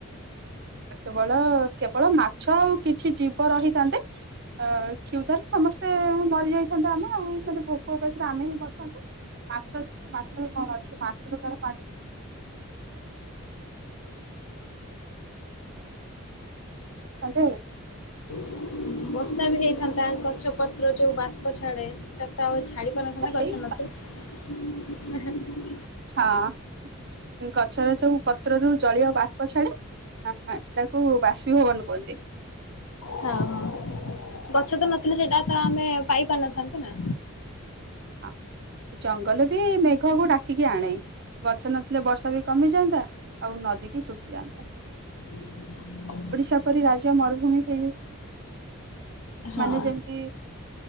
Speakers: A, on the right; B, on the left.
A: କେବଳ କେବଳ ମାଛ ଆଉ କିଛି ଜୀବ ରହିଥାନ୍ତେ। ଅ କ୍ଷୁଧାରେ ସମସ୍ତେ ମରି ଯାଇଥାନ୍ତେ, ଆମେ ଆଉ ମାନେ ଭୋକ ଉପାସରେ ଆମେ ହିଁ ମରିଥାନ୍ତେ। ମାଛ ଅଛି ମାଛରେ କଣ ଅଛି ମାଛରେ ତାର <unintelligible> <inaudible>
B: <inaudible> ବର୍ଷା ବି ହେଇଥାନ୍ତା ଗଛ ପତ୍ର ଯୋଉ ବାଷ୍ପ ଛାଡେ ସେଟାତ ଆଉ ଛାଡି ପାରିନଥାନ୍ତା
A: ଆଉ
B: ଗଛ
A: ସେଇ
B: ନଥିଲେ।
A: ହଁ ଗଛର ଯୋଉ ପତ୍ରରୁ ଜଳୀୟବାଷ୍ପ ଛାଡେ। ହଁ ସେଇଟାକୁ ବାଷ୍ପିଭବନ କୁହନ୍ତି।
B: ହଁ ହଁ, ଗଛ ତ ନଥିଲେ ସେଇଟା ତ ଆମେ ପାଇ ପାରିନଥାନ୍ତେ ନା।
A: ହଁ ଜଙ୍ଗଲ ବି ମେଘକୁ ଡାକିକି ଆଣେ। ଗଛ ନଥିଲେ ବର୍ଷା ବି କମିଯାନ୍ତା ଆଉ ନଦୀ ବି ଶୁଖିଯାଆନ୍ତା।
B: <inaudible>
A: ଓଡିଶା ପରି ରାଜ୍ୟ ମରୁଭୂମି ହୋଇଯାଇଥାନ୍ତା।
B: ହଁ
A: ମାନେ ଯେମିତି